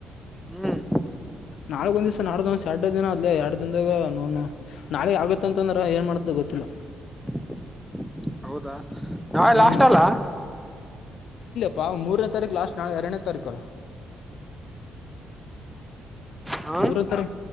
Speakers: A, in the centre; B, on the left.
A: ಹ್ಮ್
B: ನಾಲ್ಕ್ ಒಂದ್ ದ್ಸ ನಾಡ್ದಂದ್ ಎರಡ್ ದಿನ ಅ ಆದ್ಲಿ ಎರಡ್ ದದಾಗ ನನು ನಾಳಗ್ ಆಗತ್ತ ಅಂತಂದ್ರೆ ಏನ್ ಮಾಡತ ಗೊತ್ತಿಲ್ಲ
A: <inaudible> ಹೌದಾ ನಾವೇ
B: ಹ್ಮ್
A: ಲಾಸ್ಟ್ ಅಲ್ಲ
B: ಪ ಮೂರನೇ ತಾರೀಕು ಲಾಸ್ಟ್ ನಾಳ ಎರಡನೇ ತಾರೀಕುಲ್ಲ
A: ಹ
B: ಮೂರನ ತಾರೀಕ